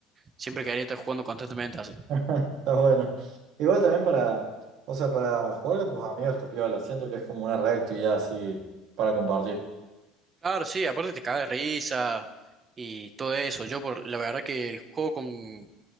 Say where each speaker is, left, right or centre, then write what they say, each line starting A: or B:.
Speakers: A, on the right; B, on the right.
A: Siempre quedaría estar jugando constantemente así.
B: <laughs> Está bueno. Igual también para, o sea, para jugar con tus amigos está piola. Siento que es como una reactividad así para compartir.
A: Claro, sí, aparte te caga de risa y todo eso. Yo, por la verdad que el juego con,